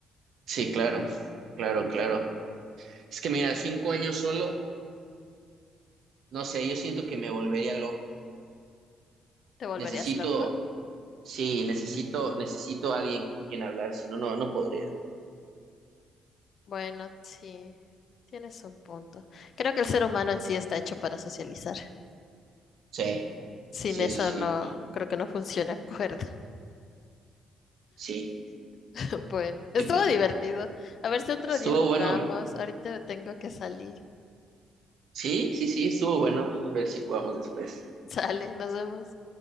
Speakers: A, on the right; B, on the left.
A: Sí, claro, claro, claro. Es que mira, cinco años solo, no sé, yo siento que me volvería loco.
B: ¿Te volverías
A: Necesito,
B: loco?
A: sí, necesito, necesito a alguien con quien hablar, si no, no, no podría.
B: Bueno, sí, tienes un punto. Creo que el ser humano en sí está hecho para socializar.
A: Sí,
B: Sin
A: sí,
B: eso
A: sí, sí,
B: no, creo que no funciona acuerdo.
A: sí.
B: <laughs> Bueno, estuvo
A: Sí, pues
B: divertido.
A: sí.
B: A ver si otro
A: Estuvo
B: día jugamos.
A: bueno,
B: Ahorita tengo que salir.
A: Sí, sí, sí, estuvo bueno. A ver si jugamos después.
B: Sale, nos vemos.